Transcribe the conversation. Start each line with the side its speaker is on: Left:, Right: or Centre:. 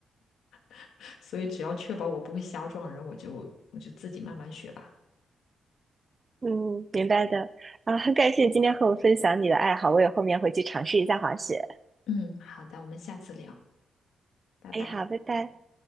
Left: <laughs> 所以只要确保我不会瞎撞人，我就我就自己慢慢学吧。
Right: 嗯，明白的。啊，很感谢你今天和我分享你的爱好，我也后面回去尝试一下滑雪。
Left: 嗯，好的，我们下次聊，拜拜。
Right: 哎，好，拜拜。